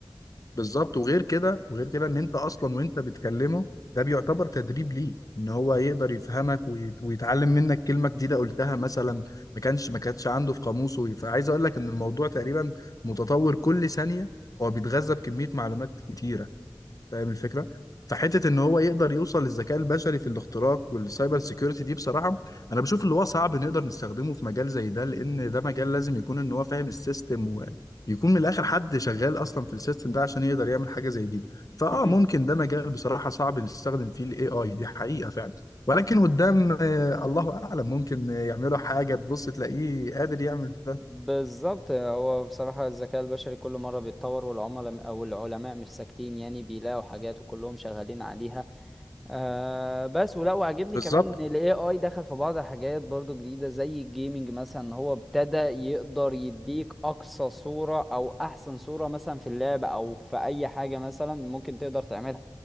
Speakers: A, on the left; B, in the centre.
A: بالظبط وغير كده وغير كده ان انت اصلا وانت بتكلمه ده بيعتبر تدريب ليه ان هو يقدر يفهمك ويت- ويتعلم منك كلمه جديده قلتها مثلا ما كانش ما كانتش عنده في قاموسه فعايز اقول لك ان الموضوع تقريبا متطور كل ثانيه هو بيتغذى بكميه معلومات كتيره فاهم الفكره فحته ان هو يقدر يوصل للذكاء البشري في الاختراق والسايبر سيكيورتي دي بصراحه انا بشوف اللي هو صعب نقدر نستخدمه في مجال زي ده لان ده مجال لازم يكون ان هو فاهم السيستم ويكون من الاخر حد شغال اصلا في السيستم ده عشان يقدر يعمل حاجه زي دي فاه
B: مم.
A: ممكن ده مجال بصراحه صعب نستخدم فيه الاي اي دي حقيقه فعلا ولكن قدام آه، الله اعلم ممكن يعملوا حاجه تبص تلاقيه قادر يعمل ده
B: بالظبط هو بصراحة الذكاء البشري كل مرة بيتطور والعملاء أو العلماء مش ساكتين يعني بيلاقوا حاجات وكلهم شغالين عليها آه بس ولا وعجبني
A: بالظبط
B: كمان ان الاي اي دخل في بعض الحاجات برضو جديده زي الجيمنج مثلا هو ابتدى يقدر يديك اقصى صوره او احسن صوره مثلا في اللعبه او في اي حاجه مثلا ممكن تقدر تعملها